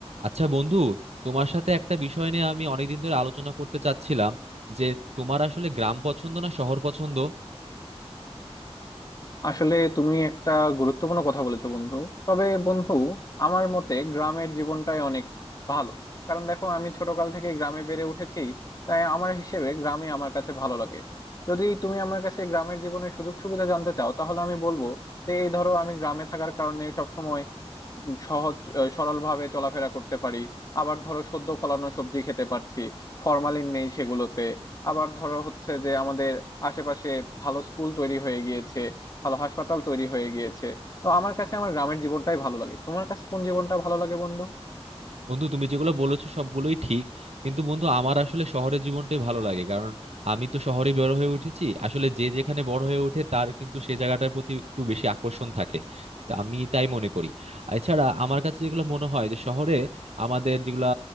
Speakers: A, on the right; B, on the left.
A: আচ্ছা বন্ধু তোমার সাথে একটা বিষয় নিয়ে আমি অনেকদিন ধরে আলোচনা করতে চাচ্ছিলাম যে তোমার আসলে গ্রাম পছন্দ না শহর পছন্দ
B: আসলে তুমি একটা গুরুত্বপূর্ণ কথা বলেছো বন্ধু তবে বন্ধু আমার মতে গ্রামের জীবনটাই অনেক ভালো কারণ দেখো আমি ছোটকাল থেকে গ্রামে বেড়ে উঠেছি তাই আমার হিসেবে গ্রামে আমার কাছে ভালো লাগে যদি তুমি আমার কাছে গ্রামের জীবনের সুযোগ সুবিধা জানতে চাও তাহলে আমি বলবো যে এই ধরো আমি গ্রামে থাকার কারণে সবসময় সহজ সরল ভাবে চলাফেরা করতে পারি আবার ধরো সদ্য ফলানো সবজি খেতে পারছি ফরমালিন নেই সেগুলোতে আবার ধরো হচ্ছে যে আমাদের আশেপাশে ভালো স্কুল তৈরি হয়ে গিয়েছে ভালো হাসপাতাল তৈরি হয়ে গিয়েছে তো আমার কাছে আমার গ্রামের জীবনটাই ভালো লাগে তোমার কাছে কোন জীবনটা ভালো লাগে বন্ধু
A: বন্ধু তুমি যেগুলো বলেছো সবগুলোই ঠিক কিন্তু বন্ধু আমার আসলে শহরের জীবনটাই ভালো লাগে কারণ আমি তো শহরে বড় হয়ে উঠেছি আসলে যে যেখানে বড় হয়ে ওঠে তার কিন্তু সে জায়গাটার প্রতি একটু বেশি আকর্ষণ থাকে তা আমি তাই মনে করি এছাড়া আমার কাছে যেগুলো মনে হয় যে শহরে আমাদের যেগুলা